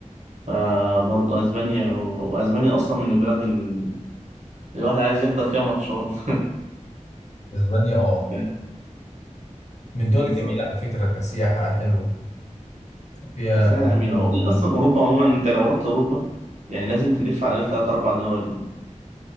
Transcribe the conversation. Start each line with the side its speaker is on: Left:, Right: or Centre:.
Right: فبرضه أسبانيا وأسبانيا أصلا من البلاد ال- الواحد عايز يحضر فيها ماتشات
Left: إسبانيا اه
Right: <laughs>
Left: من الدول
Right: بالظبط
Left: الجميلة على فكرة كسياحة حلوة فيها
Right: بس يعني
Left: مدن
Right: جميلة هو إيه
Left: آه،
Right: أصلا أوروبا عموما أنت لو رحت أوروبا يعني لازم تلف على ألف تلات أربع دول